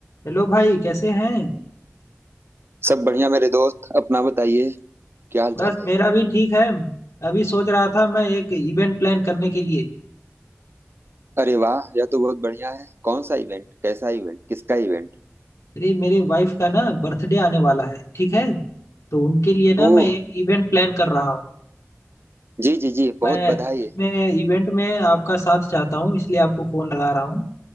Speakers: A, on the left; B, on the right.
A: Hello भाई कैसे हैं
B: सब बढ़िया मेरे दोस्त अपना बताइए क्या हाल
A: बस
B: चाल है
A: मेरा भी ठीक है अभी सोच रहा था मैं एक इवेंट प्लान करने के लिए
B: अरे वाह यह तो बहुत बढ़िया है कौन सा इवेंट कैसा इवेंट किसका इवेंट
A: अरे मेरे वाइफ का ना बर्थडे आने वाला है ठीक है तो उनके लिए ना
B: ओह
A: मैं एक इवेंट प्लान कर रहा हूँ
B: जी जी जी बहुत
A: मैं
B: बधाई
A: उसमें
B: है
A: इवेंट में आपका साथ चाहता हूँ इसलिए आपको फोन लगा रहा हूँ